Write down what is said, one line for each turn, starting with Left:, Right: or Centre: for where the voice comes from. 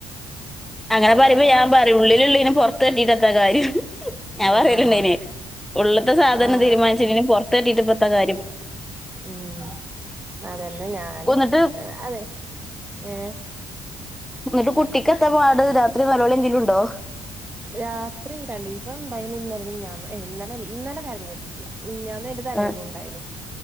Centre: അങ്ങനെ
Right: ഓരോരോ
Centre: പറിമ്പോ ഞാൻ പറയും ഉള്ളിലില്ലെനെ പൊറത്തട്ടിറ്റെന്താ കാര്യം. ഞാൻ
Right: ആഹ്
Centre: പറയല്ണ്ടായിനി ഉള്ളത്തെ സാധനം
Right: ആഹ്
Centre: തീരുമാനിച്ചന്നതിന് പൊറത്തട്ടിട്ട്പ്പത്ത കാര്യം.
Right: ഉം അതന്നെ ഞാന്
Centre: എന്നിട്ട്
Right: അതെ ഏഹ്.
Centre: ഇന്നിട്ട് കുട്ടിക്കെത്താ പാട് രാത്രി നൊലോളിന്തലുണ്ടോ?
Right: രാത്രി രണ്ടിസം ഇണ്ടായിന് ഇന്നലെ മിഞ്ഞാന്ന് ഇന്നല ഇന്നലെ കരഞ്ഞട്ടില്ല. മിഞ്ഞന്നും അയിന്റെ തലേന്നും
Centre: ആഹ്
Right: ഇണ്ടായിന്നു.